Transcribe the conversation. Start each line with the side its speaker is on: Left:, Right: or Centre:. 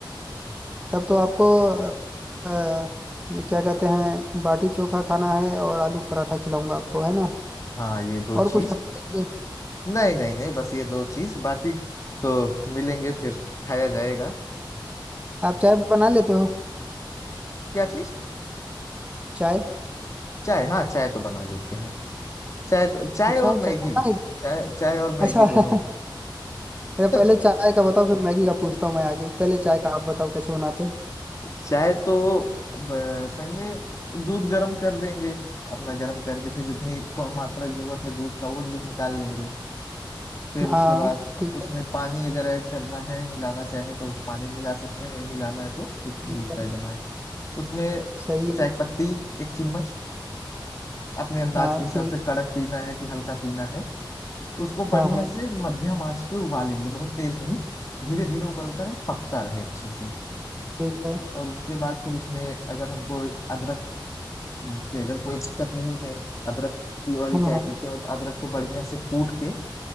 Right: तब तो आपको अ, अ, क्या कहते हैं बाटी चोखा खाना है और आलू पराठा खिलाऊंगा आपको है ना
Left: हाँ ये दो
Right: और
Left: चीज
Right: कुछ खाएंगे
Left: नहीं नहीं नहीं बस ये दो चीज बाकी तो मिलेंगे फिर खाया जाएगा
Right: आप चाय बना लेते हो
Left: क्या चीज
Right: चाय
Left: चाय हाँ चाय तो बना लेते हैं चाय तो चाय
Right: अच्छा
Left: और मैगी
Right: चाय बना है क्या?
Left: चाय चाय और मैगी
Right: अच्छा
Left: दोनों
Right: <laughs> अरे
Left: बन-
Right: पहले चाय का बताओ फिर मैगी का पूछता हूँ मैं आगे पहले चाय का आप बताओ कैसे बनाते हो
Left: <laughs> चाय तो अ, पहले दूध गर्म कर देंगे अपना गर्म करके फिर जितनी मात्रा की जरूरत है दूध का वो निकाल लेंगे फिर उसके
Right: हाँ
Left: बाद
Right: ठीक
Left: उसमें
Right: है
Left: पानी अगर ऐड करना है मिलाना चाहे तो पानी मिला सकते हैं नहीं मिलाना है तो सिर्फ
Right: ठीक
Left: दूध
Right: है
Left: का ही बनाए उसमें
Right: सही
Left: चाय
Right: है
Left: पत्ती एक चम्मच अपने अंदाज
Right: हाँ
Left: के हिसाब
Right: ठीक
Left: से कड़क पीना है कि हल्का पीना है उसको बढ़िया
Right: हाँ हाँ
Left: से मध्यम आंच पे उबालेंगे बहुत तेज नहीं धीरे धीरे उबलता रहे पकता रहे अच्छे से
Right: ठीक है
Left: और उसके बाद फिर उसमें अगर हमको अदरक हम्म, की अगर कोई दिक्कत नहीं है अदरक की वाली
Right: हाँ
Left: चाय
Right: हाँ
Left: पीते हो तो अदरक को बढ़िया से कूट के